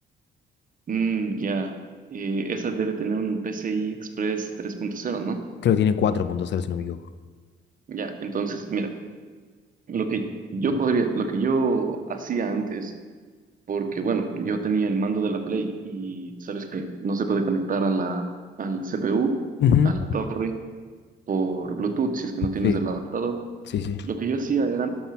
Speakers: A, on the right; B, on the left.
A: Mm, ya. Eh, esa debe tener un PCI Express tres punto cero, ¿no?
B: Creo que tiene cuatro punto cero si no me equivoco.
A: Ya, entonces, mira, lo que yo podría, lo que yo hacía antes, porque bueno, yo tenía el mando de la Play y sabes que no se puede conectar a la, al CPU,
B: Ujú.
A: a la torre, por Bluetooth, si es que no tienes
B: Sí,
A: el adaptador.
B: sí, sí.
A: Lo que yo hacía era,